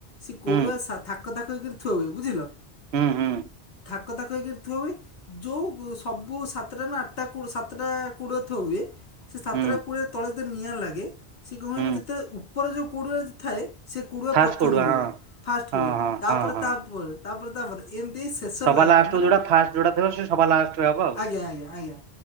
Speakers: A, on the left; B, on the right.
A: ସେ କୋଡୁଆ
B: ହୁଁ
A: ସା ଥାକ ଥାକ ହେଇକରି ଥୁଆ ହୁଏ। ବୁଝିଲ?
B: ହୁଁ ହୁଁ
A: ଥାକ ଥାକ ଥାକ ହେଇକିରି ଥୁଆ ହୁଏ। ଯୋଉ ସବୁ ସାତଟା ନା ଆଠଟା କୋ ସାତଟା କୋଡୁଆ ଥୁଆ ହୁଏ। ସେ ସାତଟା
B: ହୁଁ
A: କୋଡ଼ିଆରେ ତଳେ ଯେତେ ନିଆଁ ଲାଗେ ସେ କଣ ହୁଏନା
B: ହୁଁ
A: ଯେତେବେଳେ ଉପରେ ଯେଉଁ କୋଡୁଆରେ ଥାଏ ସେ କୁଡ଼ଆ
B: ଫାଷ୍ଟ
A: ପ୍ରଥମେ
B: କୋଡୁଆ
A: ହୁଏ
B: ହଁ
A: ଫାଷ୍ଟ
B: ହଁ
A: ହୁଏ।
B: ହଁ
A: ତାପରେ
B: ହଁ ହଁ।
A: ତାପରେ ତାପରେ ତାପରେ ଏମିତି ଶେଷରେ
B: ସବା
A: ଲାଷ୍ଟ
B: ଲାଷ୍ଟକୁ
A: ମାନେ
B: ଯୋଉଟା ଫାଷ୍ଟ ଯୋଉଟା ଥିବ ସେ ସବା ଲାଷ୍ଟରେ ହବ ଆଉ
A: ଆଜ୍ଞା ଆଜ୍ଞା ଆଜ୍ଞା।